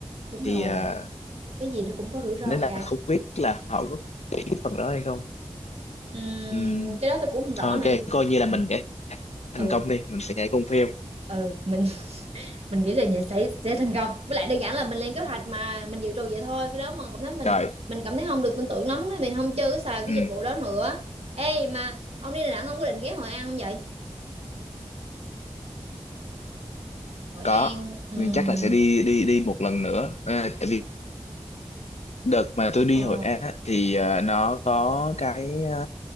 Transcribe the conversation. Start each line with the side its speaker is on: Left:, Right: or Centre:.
Right: đúng
Left: thì
Right: rồi
Left: à,
Right: cái gì nó cũng có rủi ro
Left: nên là
Right: cả
Left: không biết là họ có cái phần đó hay không
Right: Ừm,
Left: ừ.
Right: cái đó tôi cũng không
Left: Thôi
Right: rõ
Left: ok
Right: nữa
Left: coi như là
Right: ừ
Left: mình để thành
Right: ừ
Left: công đi mình sẽ nhảy con phêu
Right: ừ mình mình nghĩ là nhà sẽ sẽ thành công với lại đơn giản là mình lên kế hoạch mà mình dự trù vậy thôi cái đó mà cảm thấy mình
Left: Trời,
Right: mình cảm thấy không được tin tưởng lắm mình không chơi cái xài cái
Left: ừ,
Right: dịch vụ đó nữa ê mà ông đi Đà Nẵng ông có định ghé Hội An không vậy Hội
Left: có.
Right: An ừm
Left: mình chắc là sẽ đi đi đi một lần nữa. À, tại vì đợt mà tôi đi
Right: ờ
Left: Hội An á, thì à, nó có cái à,